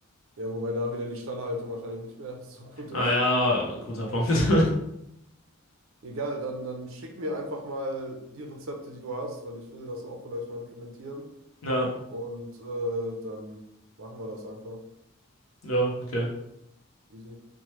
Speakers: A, on the right (about 65°); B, on the left (about 65°).
A: Ja, wobei da wieder die Stallhaltung wahrscheinlich nicht mehr <laughs> so gut
B: Ah
A: ist.
B: ja, guter Punkt. <laughs>
A: Egal, dann, dann schick mir einfach mal die Rezepte, die du hast, weil ich will das auch vielleicht mal implementieren.
B: Ja,
A: Und äh, dann machen wir das einfach.
B: ja, okay.
A: Easy.